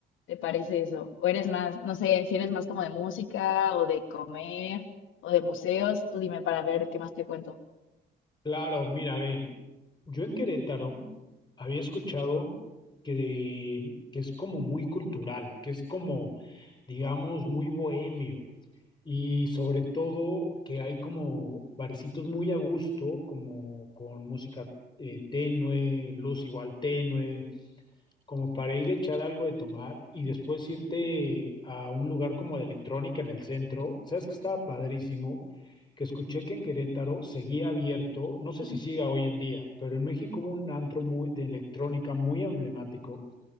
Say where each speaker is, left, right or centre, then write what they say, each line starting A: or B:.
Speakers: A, on the left; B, on the left.
A: te parece eso, o eres más, no sé, si eres más como de música o de comer o de museos, tú dime para ver qué más te cuento.
B: Claro, mira, ve, yo en Querétaro había escuchado que, que es como muy cultural, que es como, digamos, muy bohemio y sobre todo que hay como barecitos muy a gusto, como con música eh, tenue, luz igual tenue, como para ir a echar algo de tomar y después irte a un lugar como de electrónica en el centro. ¿Sabes que estaba padrísimo? Que escuché que en Querétaro seguía abierto, no sé si siga hoy en día, pero en México hubo un antro muy, de electrónica muy emblemático